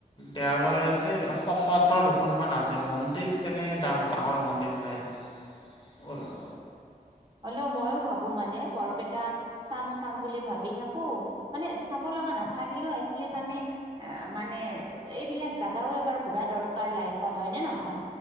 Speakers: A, on the left; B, on the right.
A: দেৱালয়
B: হয়
A: আছে,
B: হয়
A: শ সতৰ দুখনমান আছে মন্দিৰ তেনেকে
B: আচ্ছা
A: ডা
B: আচ্ছা
A: ডাঙৰ মন্দিৰ নাই। অৰ
B: হ'লো মইো ভাবো মানে বৰপেটা চাম চাম বুলি ভাবি থাকো মানে চাব লগা নাথাকিলেও এটলিষ্ট আমি অ মানে এইবিলাক জোগাও এবাৰ ঘূৰা দৰকাৰ লাইফত হয়নে নহয়?